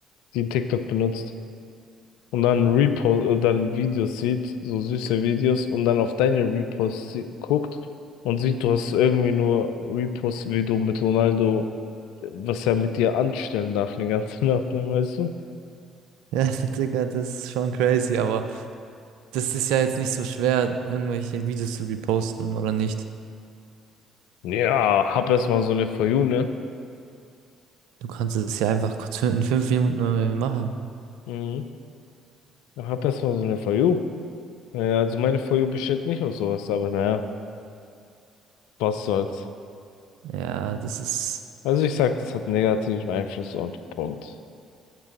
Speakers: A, on the left; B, on the right.
A: die TikTok benutzt und dann Repost, äh, dann Videos sieht, so süße Videos und dann auf deine Reposts sie- guckt und sieht, du hast irgendwie nur Reposts, wie du mit Ronaldo, äh, was er mit dir anstellen darf, eine ganze <laughs> Nacht lang, weißt du?
B: Ja, <laughs> Digga, das ist schon crazy, aber das ist ja jetzt nicht so schwer, irgendwelche Videos zu reposten oder nicht.
A: Ja, hab erst mal so eine For You, ne?
B: Du kannst es ja einfach kurz fün- in fünf Minuten mal machen.
A: Mhm. Hab erst mal so eine For You. Ja, also meine For You besteht nicht aus sowas, aber naja, was soll's.
B: Ja, das ist,
A: Also ich sag, das hat negativen Einfluss und Punkt.